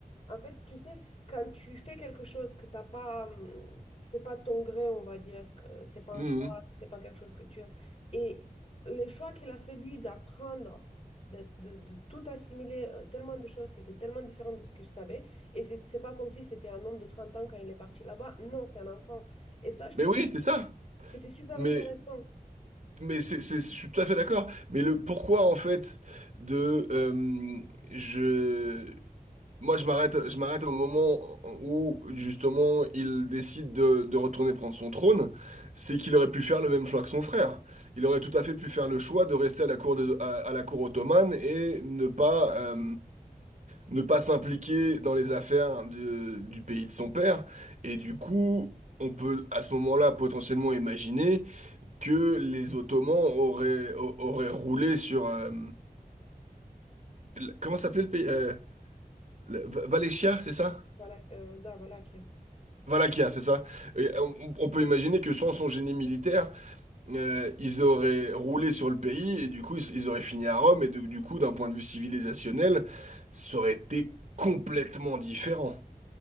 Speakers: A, on the left; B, on the right.
A: En fait, tu sais, quand tu fais quelque chose que t'as pas, hum, c'est pas ton gré, on va dire, que c'est pas
B: Mhm.
A: un choix, que c'est pas quelque chose que tu aimes. Et les choix qu'il a fait, lui, d'apprendre, de, de- de tout assimiler, euh, tellement de choses qui étaient tellement différentes de ce qu'il savait, et c'est c'est pas comme si c'était un homme de 30 ans quand il est parti là-bas. Non, c'était un enfant. Et ça, je
B: Mais
A: trouve
B: oui,
A: que
B: c'est ça.
A: c'était super
B: Mais,
A: intéressant.
B: mais c'est, c'est- je suis tout à fait d'accord. Mais le pourquoi, en fait, de. euh, je. Moi, je m'arrête, je m'arrête au moment où, justement, il décide de, de retourner prendre son trône. C'est qu'il aurait pu faire le même choix que son frère. Il aurait tout à fait pu faire le choix de rester à la cour, des- à, à la cour ottomane et ne pas. euh, ne pas s'impliquer dans les affaires de- du pays de son père. Et du coup, on peut à ce moment-là potentiellement imaginer que les Ottomans auraient, au- auraient roulé sur... euh, l- comment s'appelait le pays? euh, le- Va- Valéchia, c'est ça?
A: Voilà, euh, da Valaquia.
B: Valaquia, c'est ça. Et on, on peut imaginer que sans son génie militaire, euh, ils auraient roulé sur le pays et du coup, ils, ils auraient fini à Rome. Et du du coup, d'un point de vue civilisationnel, ça aurait été complètement différent.